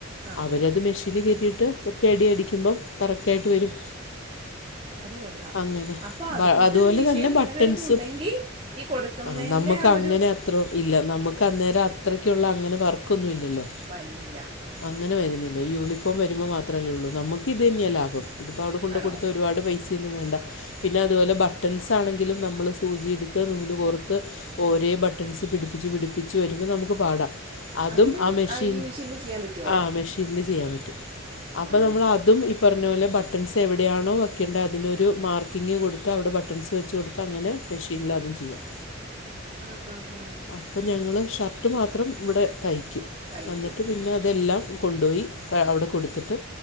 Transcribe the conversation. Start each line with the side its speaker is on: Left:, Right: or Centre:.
Right: ആ
Left: അവരത് മെഷീന് കേറ്റിയിട്ട് ഒറ്റയടി അടിക്കുമ്പം കറക്റ്റായിട്ട് വരും
Right: അത് കൊള്ളാം
Left: അങ്ങനെ
Right: അപ്പോൾ അത്
Left: ബ
Right: കൂട്ടൊരു
Left: അതുപോലെ
Right: മെഷീൻ
Left: തന്നെ
Right: നിങ്ങളുടെ
Left: ബട്ടൻസും
Right: അടുത്ത് ഉണ്ടെങ്കിൽ ഈ കൊടുക്കുന്നതിൻ്റെ
Left: ആഹ് നമുക്ക്
Right: ആ
Left: അങ്ങനെ
Right: ഒരു
Left: അത്രോം ഇല്ല നമുക്ക് അന്നേരം അത്രക്കുള്ള അങ്ങനെ വർക്കൊന്നും ഇല്ലല്ലോ
Right: വൻന്നില്ലാ
Left: അങ്ങനെ വരുന്നില്ല ഈ യൂണിഫോം വരുമ്പോ മാത്ര അല്ലേ ഉള്ളൂ നമുക്ക് ഇതന്നെയാ ലാഭം ഇതിപ്പോ അവിടെ കൊണ്ട്
Right: ആണോ
Left: കൊടുത്ത ഒരുപാട് പൈസയൊന്നും വേണ്ട പിന്നെ അതുപോലെ ബട്ടൺസ് ആണെങ്കിലും നമ്മൾ സൂചിയെടുത്ത് നൂല് കോർത്ത് ഓരേ ബട്ടൺസ് പിടിപ്പിച്ച് പിടിപ്പിച്ച് വരുമ്പോ നമുക്ക് പാടാ അതും
Right: അതിനും
Left: ആ മെഷീൻ
Right: ഈ മെഷീനിൽ ചെയ്യാൻ പറ്റുമോ
Left: ആഹ് മെഷീനില് ചെയ്യാൻ പറ്റും അപ്പൊ
Right: ആ
Left: നമ്മൾ അതും ഈ പറഞ്ഞ പോലെ ബട്ടൻസ് എവിടെയാണോ വെക്കണ്ടേ അതിനൊരു മാർക്കിങ്ങ് കൊടുത്ത് അവിടെ ബട്ടൺസ് വെച്ച് കൊടുത്ത് അങ്ങനെ മെഷീനിൽ അതും ചെയ്യാം
Right: ആഹ് ഹ ഹാ
Left: അപ്പം ഞങ്ങൾ ഷർട്ട് മാത്രം ഇവിടെ തയ്ക്കും
Right: തയ്ക്കും
Left: എന്നിട്ട് പിന്നെ അതെല്ലാം കൊണ്ടോയി ക അവിടെ കൊടുത്തിട്ട്